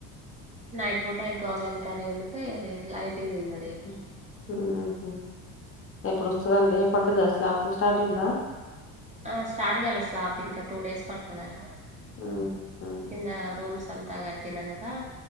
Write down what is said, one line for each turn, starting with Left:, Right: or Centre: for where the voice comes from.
Right: నైట్ పూట ఎగ్ ఆనియన్ కర్రీ వొండితే అది లైట్ గ తిన్నరు
Left: ఊహు ఊ ఎప్పుడు వస్తదండి పడ్డదా స్లాబ్ స్టార్ట్ అయిందా
Right: ఆ స్టార్ట్ గాలే స్లాప్ ఇంకా టూ డేస్ పడ్తాదట
Left: ఉహు
Right: కింద రూమ్స్ అంతా కట్టినాంక